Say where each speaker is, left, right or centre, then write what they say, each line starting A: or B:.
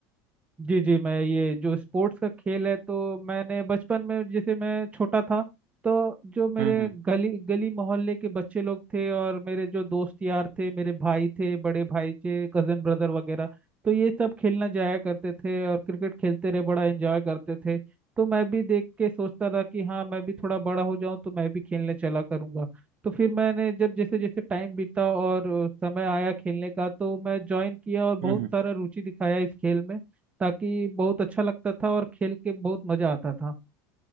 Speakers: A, on the right; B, on the right.
A: जी जी मैं ये जो स्पोर्ट्स का खेल है तो मैंने बचपन में जैसे मैं छोटा था तो जो मेरे
B: हम्म हम्म
A: गली गली मोहल्ले के बच्चे लोग थे और मेरे जो दोस्त यार थे मेरे भाई थे बड़े भाई थे कजन ब्रदर वगैरह तो ये सब खेलना जाया करते थे और क्रिकेट खेलते रहे बड़ा एंजॉय करते थे तो मैं भी देख के सोचता था कि हाँ मैं भी थोड़ा बड़ा हो जाऊं तो मैं भी खेलने चला करूंगा तो फिर मैंने जब जैसे जैसे टाइम बीता और समय आया खेलने का तो मैं ज्वाइन किया और बहुत
B: हम्म
A: सारा रुचि दिखाया इस खेल में ताकि बहुत अच्छा लगता था और खेल के बहुत मजा आता था